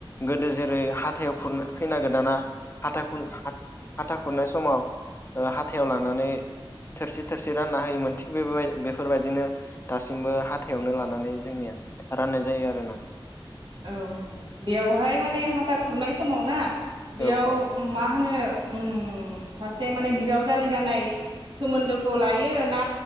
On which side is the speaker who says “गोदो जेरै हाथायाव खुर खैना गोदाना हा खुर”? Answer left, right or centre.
Left